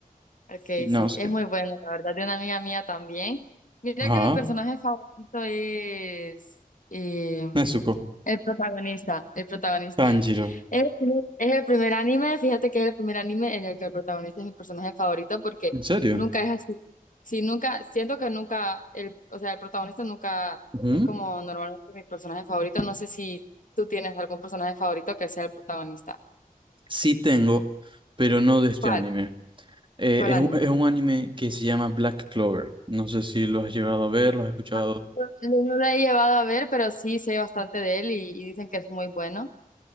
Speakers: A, on the left; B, on the right.
A: ok,
B: Inosuke,
A: sí, es muy bueno, la verdad, de una amiga mía también. Mira
B: ajá,
A: que mi personaje favorito es eh,
B: Nezuko,
A: el protagonista, el protagonista.
B: Tanjiro,
A: Es el primer, es el primer anime, fíjate que es el primer anime en el que el protagonista es mi personaje favorito porque
B: ¿en serio?
A: nunca es así. Sí, nunca, siento que nunca, el, o sea, el protagonista nunca
B: Ujú.
A: es como normalmente mi personaje favorito. No sé si tú tienes algún personaje favorito que sea el protagonista.
B: Sí tengo, pero no de este
A: ¿Cuál?
B: anime. Eh,
A: ¿Cuál
B: es
A: anime?
B: un, es un anime que se llama Black Clover. No sé si lo has llegado a ver, lo has escuchado.
A: Ah, No no lo he llevado a ver, pero sí sé bastante de él y, y dicen que es muy bueno.